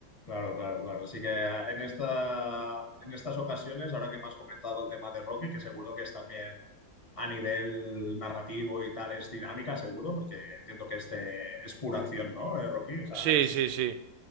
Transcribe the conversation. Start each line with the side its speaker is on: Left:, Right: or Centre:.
Left: Claro, claro, claro. Así que ah, en esta, en estas ocasiones, ahora que me has comentado el tema de Rocky, que seguro que es también a nivel narrativo y tal, es dinámica, seguro, porque entiendo que este es pura acción, ¿no? Eh, Rocky, o sea,
Right: Sí,
Left: es,
Right: sí, sí.